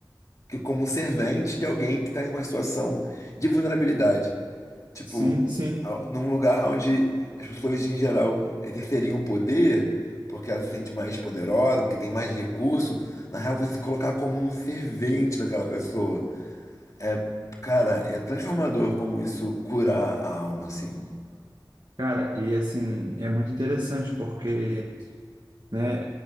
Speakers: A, on the left; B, on the right.
A: como um servente de alguém que está em uma situação de vulnerabilidade. Tipo,
B: sim, sim.
A: a- num lugar onde as pessoas em geral exerceriam o poder, porque ela se sente mais poderosa, porque tem mais recurso, na real você se colocar como um servente daquela pessoa. É, cara, é transformador como isso curar a alma, assim.
B: Cara, e assim, é muito interessante porque, né,